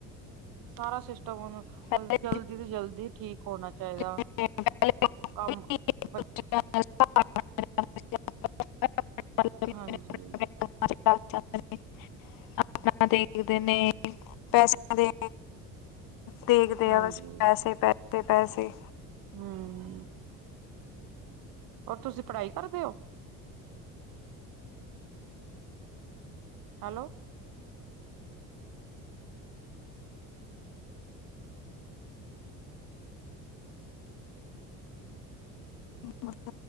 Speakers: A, on the right; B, on the left.
A: ਸਾਰਾ ਸਿਸਟਮ ਹੁਣ
B: ਪਹਿਲੇ
A: ਜਲਦੀ ਤੋਂ ਜਲਦੀ, ਠੀਕ ਹੋਣਾ ਚਾਈਦਾ।
B: ਜਿਵੇਂ ਪਹਿਲੇ ਲੋਕ
A: ਕੰਮ
B: ਵੀ ਇੱਕ ਦੂਜੇ
A: ਬ
B: ਨਾਲ ਸਹਾਰਾ ਬਣਾਉਂਦੇ ਸੀ, ਆਪਣਾ- ਮਤਲਬ ਆਪਣੇ-
A: ਹਾਂਜੀ।
B: ਆਪਣੇ ਆਪਣੇ ਕੰਮਾਂ ਅਜ ਕਲ ਸਾਰੇ ਆਪਣਾ ਦੇਖਦੇ ਨੇ, ਪੈਸਾ ਦੇ ਦੇਖਦੇ
A: ਹਾਂਜੀ
B: ਆ ਬਸ ਪੈਸੇ-ਪੈਸੇ-ਪੈਸੇ।
A: ਹੂ ਹੋਰ ਤੁਸੀਂ ਪੜ੍ਹਾਈ ਕਰਦੇ ਹੋ ਹੈਲੋ
B: ਬਸ